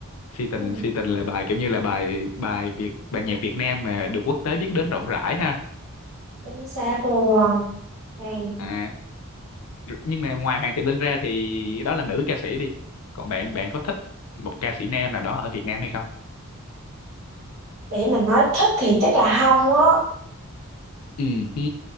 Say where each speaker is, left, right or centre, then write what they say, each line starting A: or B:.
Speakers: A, on the left; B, on the right.
A: si
B: ừ.
A: tình si tình là bài kiểu như là bài bài Việt bài nhạc Việt Nam mà được quốc tế biết đến rộng rãi ha
B: chính xác luôn hay
A: à nhưng mà ngoài Hoàng Thị Linh ra thì đó là nữ ca sĩ đi còn bạn bạn có thích một ca sĩ nam nào đó ở Việt Nam hay không
B: để mình nói thích thì chắc là không á
A: ừ hứ.